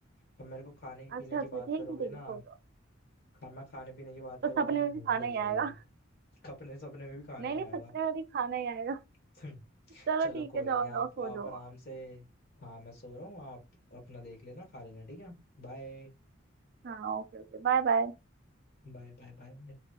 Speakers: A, on the left (about 50°); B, on the right (about 50°).
A: तो मेरे को खाने
B: अच्छा
A: पीने की
B: अच्छा
A: बात
B: ठीक
A: करोगे
B: है ठीक
A: ना
B: है सो जाओ
A: अब मैं खाने पीने की बात करूंगा
B: तो सपने
A: तो मैं
B: में
A: भूख
B: भी खाना
A: लग
B: ही
A: जाएगी
B: आएगा
A: <laughs> अपने सपने
B: <laughs>
A: में भी खाना
B: नहीं
A: ही
B: नहीं
A: आएगा
B: सपने में भी खाना ही आएगा
A: <laughs>
B: चलो
A: चलो
B: ठीक
A: कोई
B: है जाओ
A: नहीं आप
B: जाओ सो
A: आप
B: जाओ
A: आराम
B: आप।
A: से हाँ मैं सो रहा हूँ आप अपना देख लेना खा लेना ठीक है Bye
B: हाँ ओके ओके बाय बाय
A: bye bye bye